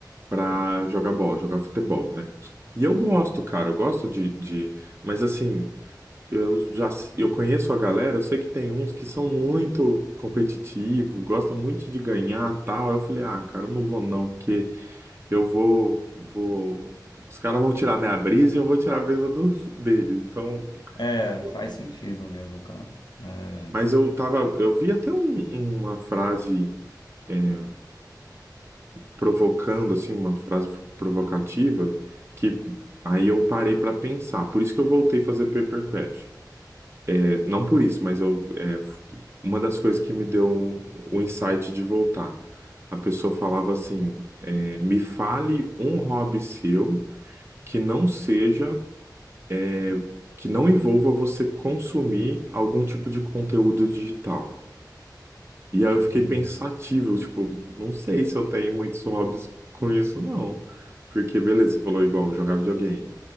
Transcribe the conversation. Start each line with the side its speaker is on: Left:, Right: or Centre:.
Right: pra jogar bola, jogar futebol, né? E eu gosto, cara, eu gosto de, de... Mas assim, eu já eu conheço a galera, eu sei que tem uns que são muito competitivos, gostam muito de ganhar tal. Aí eu falei, ah, cara, eu não vou não, porque eu vou, vou... Os caras vão tirar minha brisa e eu vou tirar a brisa do, <laughs> deles, então
Left: É,
Right: não vou
Left: faz
Right: não.
Left: sentido mesmo, cara. É.
Right: Mas eu tava, eu vi até um- uma frase. é, provocando assim uma frase provocativa que aí eu parei para pensar. Por isso que eu voltei a fazer papercraft. É, não por isso, mas eu, é, f- uma das coisas que me deu o insight de voltar. A pessoa falava assim: é, me fale um hobby seu que não seja, é, que não envolva você consumir algum tipo de conteúdo digital. E aí eu fiquei
Left: hum,
Right: pensativo, tipo, não sei se eu tenho muitos hobbies com isso, não. Porque, beleza, você falou igual, jogar videogame.